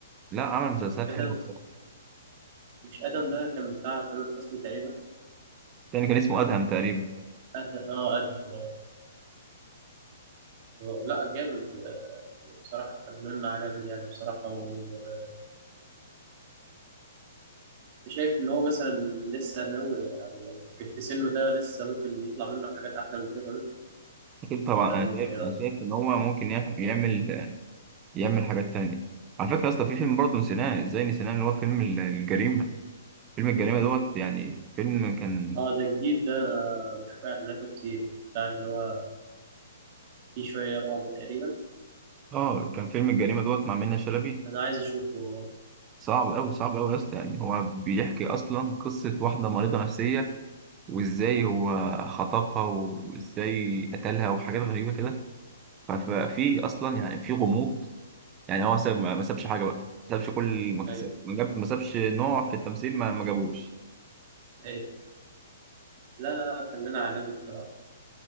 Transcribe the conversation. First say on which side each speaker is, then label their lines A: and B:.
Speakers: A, on the right; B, on the right.
A: لا عمل مسلسلات
B: ادم
A: حلوة بصراحة
B: مش ادم ده كان بتاع تامر حسني تقريبا
A: تاني كان اسمه أدهم تقريبا
B: ادم اه ادم آه. آه، لا جامد آه، بصراحة فنان عالمي يعني بصراحة ويعني أنت شايف إن هو مثلا لسه ناوي أو يعني في سنه ده لسه ممكن يطلع منه حاجات أحلى من كده كمان
A: أكيد طبعا
B: ولا
A: أنا
B: أنت
A: شايف
B: إيه رأيك؟
A: أنا شايف إن هو ممكن يع- يعمل يعمل حاجات تانية على فكرة أصلا في فيلم برضه نسيناه إزاي نسيناه اللي هو فيلم ال- الجريمة فيلم الجريمة دوت يعني فيلم كان
B: أه ده جديد ده أنا بشوف إعلاناته كتير بتاع اللي هو فيه شوية رعب تقريبا
A: آه كان فيلم الجريمة دوت مع منة شلبي
B: أنا عايز أشوفه
A: صعب أوي صعب أوي يا اسطى يعني هو بيحكي أصلا قصة واحدة مريضة نفسية وإزاي
B: آه،
A: هو خطفها وإزاي قتلها وحاجات غريبة كده ففي اصلا يعني في غموض يعني هو ساب ما ما سابش حاجه بقى ما سابش كل ما كس-
B: أيوه
A: ما جاب ما سابش نوع في التمثيل ما ما جابوش
B: أيوه لا لا لا، فنان عالمي بصراحة